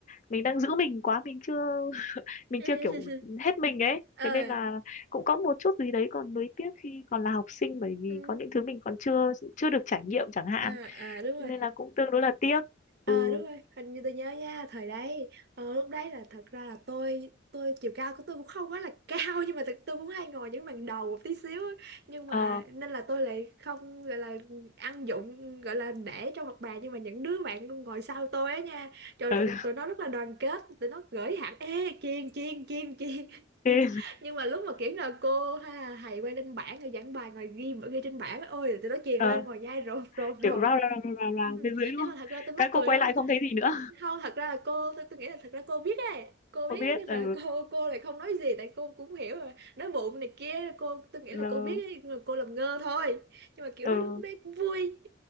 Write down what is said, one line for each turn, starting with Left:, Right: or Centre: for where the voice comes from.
Left: mình đang giữ mình quá mình chưa <laughs> mình
Right: <laughs> ừ
Left: chưa kiểu hết mình ấy
Right: ờ
Left: thế nên là cũng có một chút gì đấy còn nuối tiếc khi còn là học sinh bởi vì
Right: ừ,
Left: có những thứ mình còn chưa chưa được trải nghiệm chẳng hạn
Right: à à đúng
Left: nên
Right: rồi
Left: là cũng tương đối là tiếc ừ
Right: ờ đúng rồi hình như tôi nhớ nha thời đấy ờ, lúc đấy là thật ra là tôi tôi chiều cao của tôi cũng không quá là cao nhưng mà thật tôi cũng hay ngồi những bàn đầu một tí xíu á. nhưng
Left: Ờ,
Right: mà nên là tôi lại không gọi là ăn dụng gọi là để trong học bài nhưng mà những đứa bạn ngồi sau tôi á nha trời
Left: Ừ,
Right: tụi, tụi nó rất là đoàn kết tụi nó gửi hẳn ê chiên chiên chiên chiên
Left: thế,
Right: nhưng mà lúc mà kiểu là cô hay là thầy quay lên bảng rồi giảng bài ngồi ghi ghi trên bảng á, ôi là tụi nó truyền
Left: ờ,
Right: lên ngồi nhai rộp rộp rộp
Left: kiểu rao rao rao rao rao
Right: Ừ,
Left: phía dưới đúng
Right: nhưng
Left: không?
Right: mà thật ra tôi mắc
Left: Các
Right: cười
Left: cô quay
Right: lắm
Left: lại không thấy gì nữa,
Right: không thật ra là cô tôi, tôi nghĩ là thật ra cô biết ấy cô
Left: không
Right: biết
Left: biết.
Right: ấy, nhưng
Left: Ừ,
Right: mà cô cô lại không nói gì tại cô cũng hiểu rồi nói bụng này kia cô tôi nghĩ
Left: lờ,
Right: là cô biết ấy, nhưng mà cô làm ngơ thôi nhưng mà kiểu
Left: ừ,
Right: đấy lúc đấy cũng vui